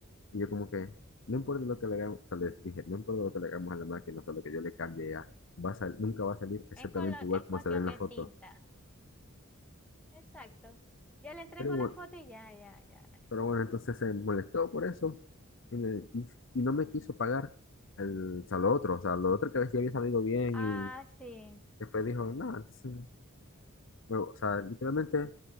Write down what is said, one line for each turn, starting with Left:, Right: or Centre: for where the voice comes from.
Left: Y yo como que, no importa lo que le hagamos, o sea, les dije, no importa lo que le hagamos a la máquina, o sea, lo que yo le cambie ya, va a sal- nunca va a salir exactamente
Centre: es, colo-
Left: igual
Centre: es
Left: como
Centre: cuestión
Left: se ve en
Centre: de
Left: la foto.
Centre: tinta. Exacto. Yo le entrego
Left: Pero bueno,
Centre: la foto y ya, ya, ya.
Left: pero bueno, entonces se molestó por eso y, me- y- y no me quiso pagar el, o sea, lo otro, o sea, lo otro que a veces había salido bien
Centre: Ah,
Left: y
Centre: sí.
Left: después dijo, no, entonces, bueno, o sea, literalmente